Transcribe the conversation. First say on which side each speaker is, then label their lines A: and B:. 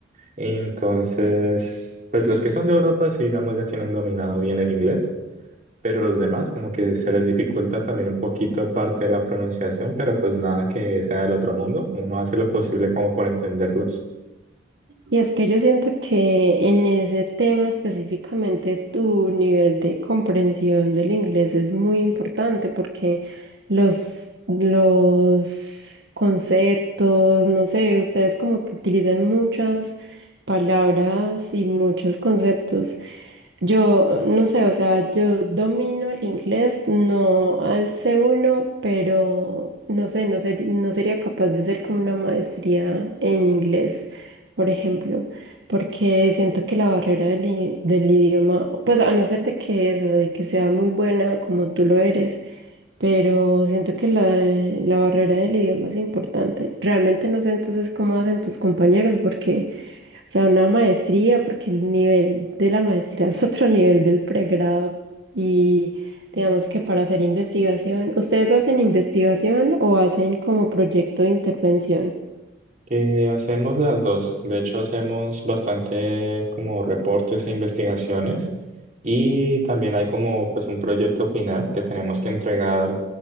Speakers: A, on the right; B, on the right.
A: Entonces, pues los que son de Europa, sí, digamos, ya tienen dominado bien el inglés, pero los demás como que se les dificulta también un poquito parte de la pronunciación, pero pues nada que sea del otro mundo, uno hace lo posible como por entenderlos.
B: Y es que yo siento que en ese tema específicamente tu nivel de comprensión del inglés es muy importante porque los, los conceptos, no sé, ustedes como que utilizan muchas palabras y muchos conceptos. Yo no sé, o sea, yo domino el inglés, no al c uno pero no sé, no ser- no sería capaz de hacer como una maestría en inglés por ejemplo, porque siento que la barrera del, i- del idioma, pues a no ser de que eso, de que sea muy buena como tú lo eres, pero siento que la, la barrera del idioma es importante. Realmente no sé entonces cómo hacen tus compañeros, porque, o sea, una maestría, porque el nivel de la maestría <laughs> es otro nivel del pregrado y digamos que para hacer investigación, ¿ustedes hacen investigación o hacen como proyecto de intervención?
A: Eh, hacemos las dos. De hecho, hacemos bastante como reportes e investigaciones y también hay como pues un proyecto final que tenemos que entregar